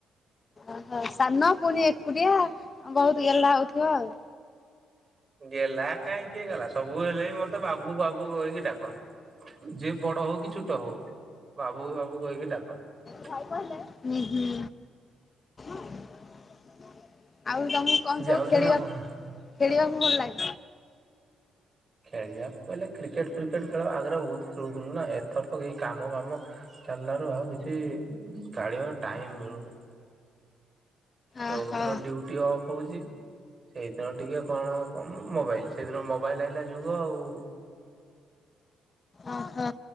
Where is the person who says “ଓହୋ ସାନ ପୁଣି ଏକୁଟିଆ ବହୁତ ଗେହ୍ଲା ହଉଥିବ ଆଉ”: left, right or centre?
Left